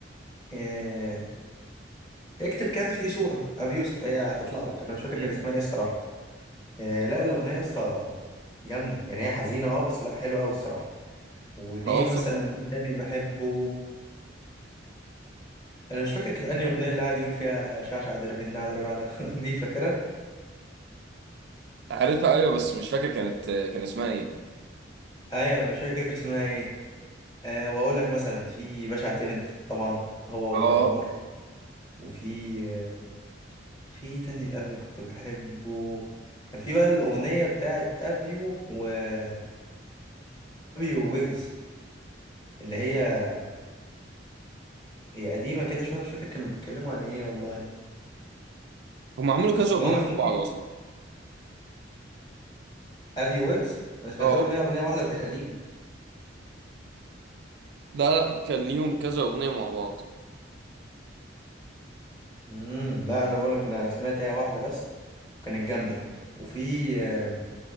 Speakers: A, on the left; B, on the right.
A: آه، اكتب كان في صورة أبي يوسف هي هتطلع لك أنا مش فاكر
B: مم.
A: كان اسمها إيه الصراحة آه، لا الأغنية يا اسطى جامدة يعني هي حزينة أه بس لا حلوة أوي الصراحة وليه
B: خلاص
A: مثلا
B: <laughs>
A: إيه تاني بحبه أنا مش فاكر كانت أنهي أغنية اللي قاعد يقول فيها شعشع دربن ده دربع ده <laughs> دي فاكرها
B: عارفها ايوه بس مش فاكر كانت كان اسمها ايه
A: أيوة أنا مش فاكر اسمها إيه أه وأقول لك مثلا في باشا اعتمد طبعا هو وأبو
B: اه
A: الأنوار وفي آه، في تاني الأبيو كنت بحبه كان في بقى الأغنية بتاعت أبيو وأبيو ويجز اللي هي هي قديمة كده شوية مش فاكر كانوا بيتكلموا عن ايه والله
B: هم عملوا كذا اغنيه
A: المهم
B: مع
A: في
B: بعض
A: في
B: اصلا
A: ابي ويجز انا سمعت
B: اه
A: لهم هي اغنية واحدة وكانت قديمة
B: لا لا كان ليهم كذا اغنيه مع بعض
A: امم لا انا بقول لك انا سمعت هي واحدة بس وكانت جامدة وفي آه،